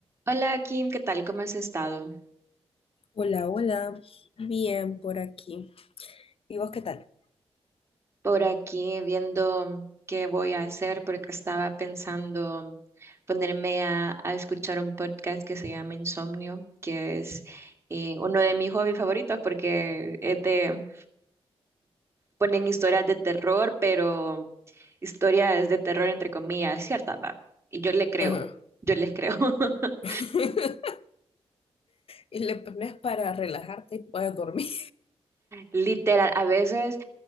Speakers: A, on the right (about 25°); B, on the left (about 60°).
A: Hola Kim, ¿qué tal? ¿Cómo has estado?
B: Hola, hola. Bien por aquí. ¿Y vos qué tal?
A: Por aquí viendo qué voy a hacer porque estaba pensando ponerme a, a escuchar un podcast que se llama Insomnio, que es eh, uno de mis hobbies favoritos porque es de, ponen historias de terror, pero historias de terror entre comillas, ¿cierta, va? Y yo le creo,
B: Ajá.
A: yo les creo. <laughs>
B: <laughs> Y le pones para relajarte y puedes dormir.
A: Literal, a veces...